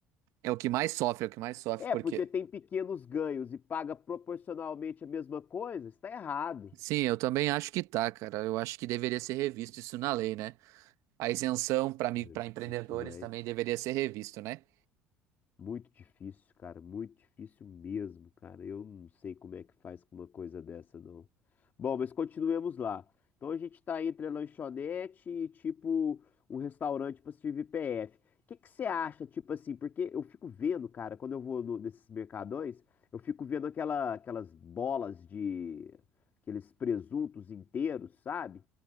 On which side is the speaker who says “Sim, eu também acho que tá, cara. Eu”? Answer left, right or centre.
Right